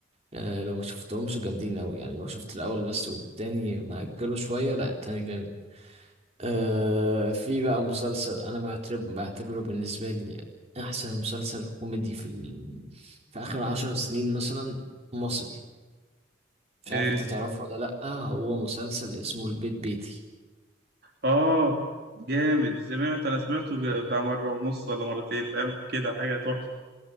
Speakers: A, on the right (about 35°); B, on the right (about 55°).
A: آه لو ما شفتهمش جامدين أوي يعني لو شفت الأول بس والتاني مأجله شوية لأ التاني جامد آه في بقى مسلسل أنا بعتبر بعتبره بالنسبة لي أحسن مسلسل كوميدي في ال... في آخر عشر سنين مثلا مصري مش
B: ايه
A: عارف أنت تعرفه ولا لأ هو مسلسل اسمه البيت بيتي
B: اه جامد سمعت انا سمعته ج- بتاع مره ونص ولا مرتين فاهم كده حاجه تحفه